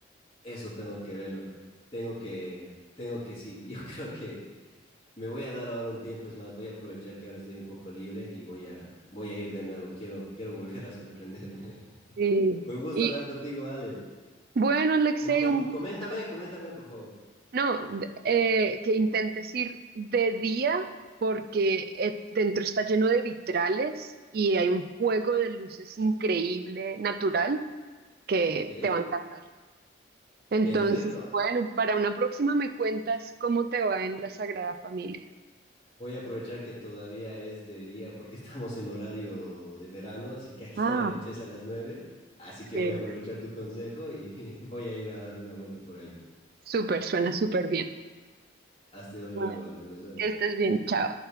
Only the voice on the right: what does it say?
Sí.
y
bueno, Alexei,
un gusto.
No, d- eh, que intentes ir de día porque eh, dentro está lleno de vitrales y hay un juego de luces increíble, natural, que
te va a encantar. Entonces,
bueno, para una próxima me cuentas cómo te va en la Sagrada Familia.
Ah,
genial.
Súper, suena súper bien.
Bueno,
Que estés bien, chao.